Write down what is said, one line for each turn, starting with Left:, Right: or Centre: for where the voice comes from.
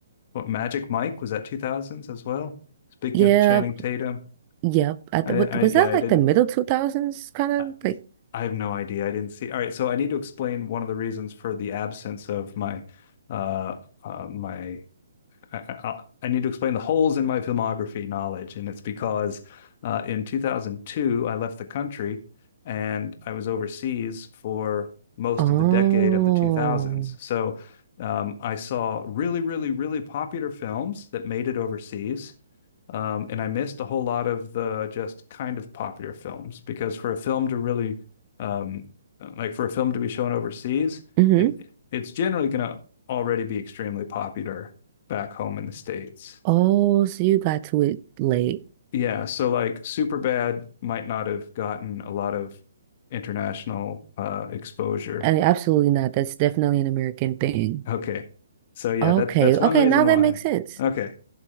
Left: what Magic Mike was that 2000s as well? Speaking
Right: Yeah,
Left: of Channing Tatum,
Right: yep. I th-
Left: I
Right: what-
Left: I
Right: was
Left: yeah,
Right: that
Left: I
Right: like
Left: didn't
Right: the middle 2000s kind of
Left: I,
Right: like
Left: I have no idea. I didn't see. All right, so I need to explain one of the reasons for the absence of my uh, uh my I, I, I need to explain the holes in my filmography knowledge, and it's because uh, in 2002 I left the country and I was overseas for most
Right: Oh.
Left: of the decade of the 2000s. So um, I saw really, really, really popular films that made it overseas. Um, and I missed a whole lot of the just kind of popular films because for a film to really, um, like for a film to be shown overseas,
Right: hmm
Left: it it's generally going to already be extremely popular back home in the States.
Right: Oh, so you got to it late.
Left: Yeah, so like Superbad might not have gotten a lot of international uh exposure.
Right: I mean, absolutely not. That's definitely an American thing.
Left: Okay. So yeah,
Right: Okay.
Left: that that's
Right: Okay,
Left: one reason
Right: now that
Left: why.
Right: makes sense.
Left: Okay.